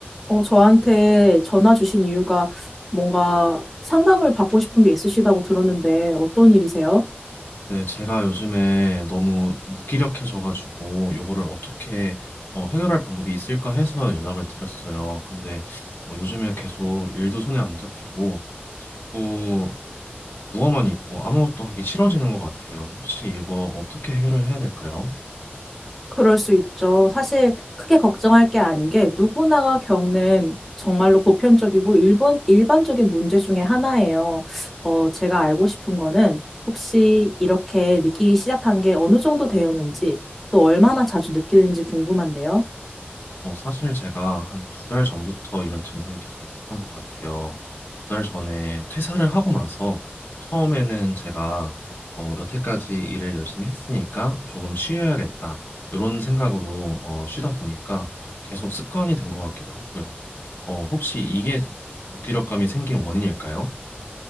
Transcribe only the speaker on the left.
네, 제가 요즘에 너무 무기력해져가지고 요거를 어떻게 어, 해결할 방법이 있을까 해서 연락을 드렸어요. 근데 어, 요즘에 계속 일도 손에 안 잡히고 자꾸 누워만 있고 아무것도 하기 싫어지는 것 같아요. 혹시 이거 어떻게 해결을 해야 될까요?
어, 사실 제가 한 두 달 전부터 이런 증상이 계속 있었던 것 같아요. 두 달 전에 퇴사를 하고 나서 처음에는 제가 어, 여태까지 일을 열심히 했으니까 조금 쉬어야겠다. 이런 생각으로 어, 쉬다 보니까 계속 습관이 된 것 같기도 하고요. 어, 혹시 이게 무기력감이 생긴 원인일까요?